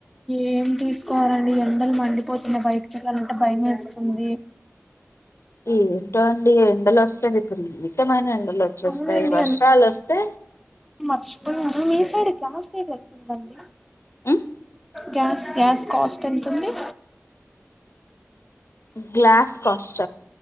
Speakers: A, in the centre; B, on the left.
A: ఏం తీసుకోవాలండి ఎండలు మండిపోతున్నాయి బయటికేళ్లాలంటే భయం వేస్తుంది
B: ఏంటో అండి ఎండలస్ విపరీతమైన ఎండలోచ్చేస్తాయి
A: అవునండి
B: వర్షాలోస్తే
A: హ హ మీ సైడ్ గ్యాస్ రేట్ ఎంతుందండి
B: ఉమ్.
A: గ్యాస్ గ్యాస్ కాస్ట్ ఎంతుంది.
B: గ్లాస్ కాస్ట